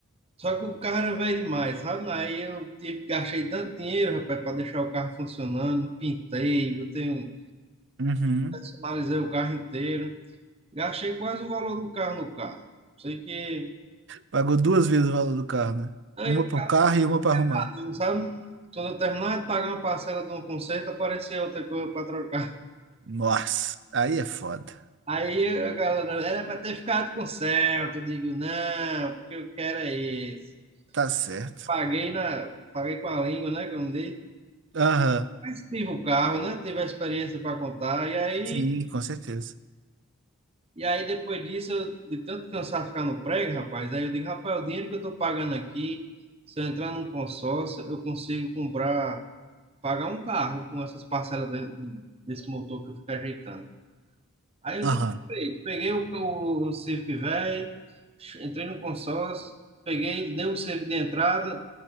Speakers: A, on the right (about 25°); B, on the right (about 55°).
A: Só que o carro era velho demais, sabe? Aí eu tive- gastei tanto dinheiro, rapaz, para deixar o carro funcionando, pintei, botei um,
B: Uhum.
A: personalizei o carro inteiro. Gastei quase o valor do carro no carro. Sei que
B: Pagou duas vezes o valor do carro, né?
A: aí
B: Uma
A: o
B: pro carro e uma pra arrumar.
A: carro, sabe? Quando eu terminava de pagar uma parcela de um conserto, aparecia outra coisa para trocar.
B: Nossa, aí é foda.
A: Aí a galera, era para ter ficado com o certo. Eu digo, não, o que eu quero é isso.
B: Tá certo.
A: Paguei na, paguei com a língua, né, como diz.
B: Aham.
A: Mas tive o carro, né? Tive a experiência para contar. E aí
B: Sim, com certeza.
A: E aí, depois disso, eu, de tanto cansar de ficar no prego, rapaz, aí eu digo, rapaz, o dinheiro que eu tô pagando aqui, se eu entrar num consórcio, eu consigo comprar, pagar um carro com essas parcelas de- desse motor que eu fico ajeitando. Aí eu
B: Aham.
A: digo, "Ei, peguei o, o, o Civic velho, entrei no consórcio, peguei, dei o Civic de entrada